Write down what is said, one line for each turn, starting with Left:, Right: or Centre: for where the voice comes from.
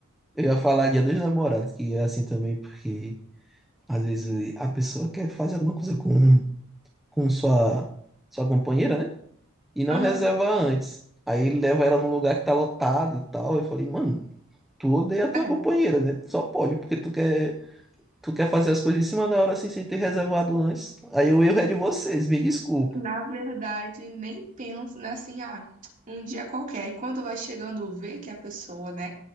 Centre: eu ia falar Dia dos Namorados, que é assim também, porque às vezes a pessoa quer fazer alguma coisa com um com sua, sua companheira, né? E não
Right: Aham.
Centre: reserva antes. Aí ele leva ela num lugar que tá lotado e tal. Eu falei, mano, tu odeia a tua
Right: é.
Centre: companheira, né? Só pode, porque tu quer, tu quer fazer as coisas em cima da hora assim, sem ter reservado antes. Aí o erro é de vocês, me desculpa,
Right: Na verdade, nem penso, né? Assim, ah, um dia qualquer. E quando vai chegando, vê que a pessoa, né,